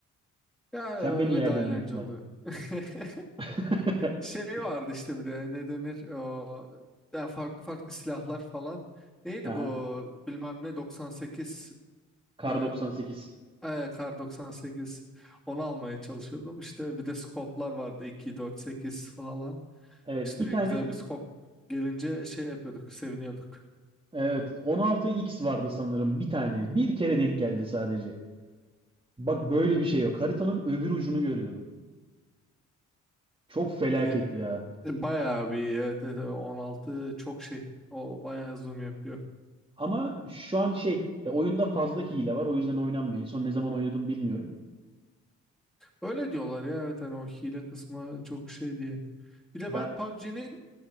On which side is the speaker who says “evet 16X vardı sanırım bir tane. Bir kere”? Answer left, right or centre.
Right